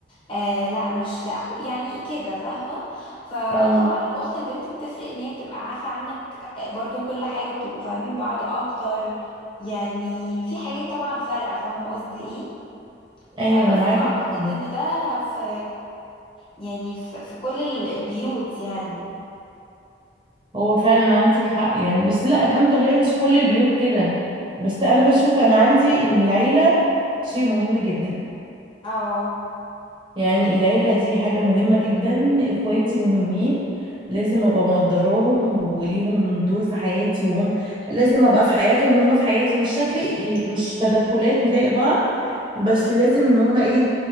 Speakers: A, on the left; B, on the right.
A: آه لا مش لاخوك يعني كده فاهمه فاه
B: اه
A: طبعا الاخت البنت بتفرق ان هي بتبقى عارفه عنك آه، برضو كل حاجه بتبقوا فاهمين بعض اكتر يعني في حاجات طبعا فارقه فاهمه قصدي ايه
B: ايوه
A: آه
B: انا
A: بس
B: معاكي
A: فاعتقد
B: جدا
A: ان ده في يعني في, في كل ال- البيوت يعني
B: هو فعلا عندك حق يعني بس لا الحمد لله مش كل البيوت كده بس انا بشوف انا عندي ان العيله شيء مهم جدا
A: اه
B: يعني العيله دي حاجه مهمه جدا اخواتي مهمين لازم ابقى مقدراهم وليهم دور في حياتي وهم لازم ابقى في حياتهم وهم في حياتي مش شكلي إيه، مش تدخلات نضايق بعض بس لازم ان هم ايه